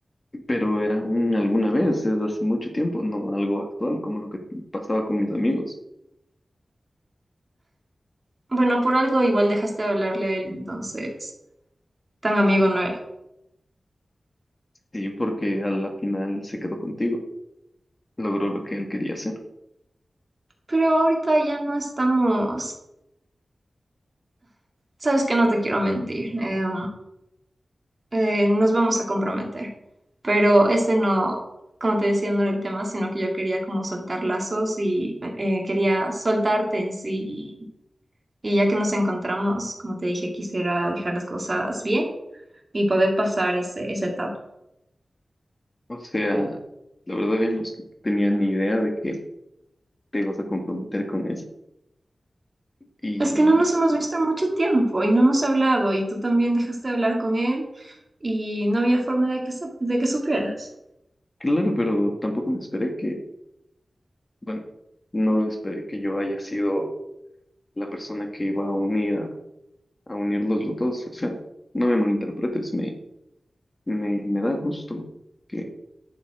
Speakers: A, on the left; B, on the right.
A: pero era un alguna vez, es hace mucho tiempo, no algo actual como lo que pasaba con mis amigos.
B: Bueno, por algo igual dejaste de hablarle a él, entonces tan amigo no era.
A: Sí, porque a la final se quedó contigo. Logró lo que él quería hacer.
B: Pero ahorita ya no estamos, sabes que no te quiero mentir, em, eh, nos vamos a comprometer, pero ese no, como te decía, no era el tema, sino que yo quería como soltar lazos y eh, quería soltarte en sí Y ya que nos encontramos, como te dije, quisiera dejar las cosas bien y poder pasar ese, esa etapa.
A: O sea, la verdad yo no tenía ni idea de que te ibas a comprometer con él. Y
B: Es que no nos hemos visto en mucho tiempo y no hemos hablado y tú también dejaste de hablar con él y no había forma de que, sep- de que supieras.
A: claro, pero tampoco me esperé que, bueno, no esperé que yo haya sido la persona que iba a unir a, a unirlos los dos. O sea, no me malinterpretes, me, me, me da gusto que